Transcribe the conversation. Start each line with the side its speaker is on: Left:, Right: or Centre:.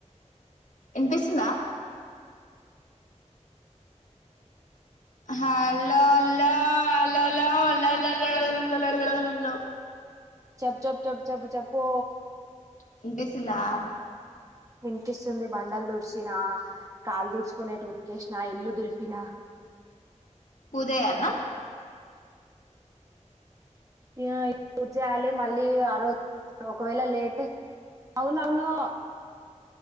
Left: వినిపిస్సుందా హల్లో అల్లో అల్లల్లో అల్లల్లో <unintelligible> లో
Right: చెప్ చెప్ చెప్ చెప్ చెప్పు
Left: వినిపిస్సుందా
Right: వినిపిస్తుంది బండలు దుడిచిన కాళ్లు దుడుచు కొనేటివి ఉత్కేషిన ఇల్లు దులిపిన
Left: పూజేయాల్న
Right: ఇగ పూజ్జేయాలి మళ్ళీ ఆ రోజు ఒకవేళ లేట్ అవునుఅవును